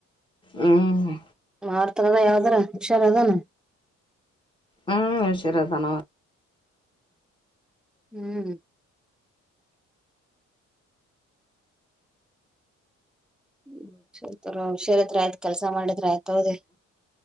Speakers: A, on the left (about 15°); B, in the centre.
A: ಹ್ಮ್
B: ಮಾಡ್ತಾರದ ಯಾವದ್ರ ಹುಷಾರ ಅದಾನ
A: ಹ್ಮ್ ಸರಿಯ ತಾನ
B: ಹ್ಮ್ ಹ್ಮ್ ಸರಿ ಹುಷಾರತ್ರ ಆಯ್ತ್ ಕೆಲ್ಸ ಮಾಡ ಆಯ್ತೋ ರಿ